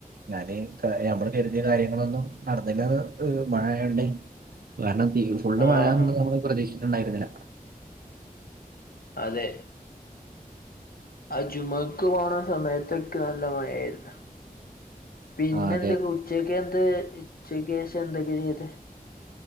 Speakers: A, on the right; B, on the left.
A: ഞാന് കയമ്മള് കരുതിയ കാര്യങ്ങളൊന്നും നടന്നില്ലന്ന് മഴയോണ്ടേ കാരണം തി ഫുള്ള്
B: ആ
A: മഴന്ന
B: ആ
A: നമ്മള് പ്രതീക്ഷിട്ടുണ്ടായിരുന്നില്ല
B: അതെ അഹ് ജുമുഅക്ക് പോണ സമയത്തൊക്കെ നല്ല മഴായിരുന്നു പിന്നെ
A: ആ അതെ.
B: എന്തൊക്കെ ഉച്ചക്കെ എന്താ ഉച്ചക്കേഷം എന്തൊക്കെ ചെയ്ത്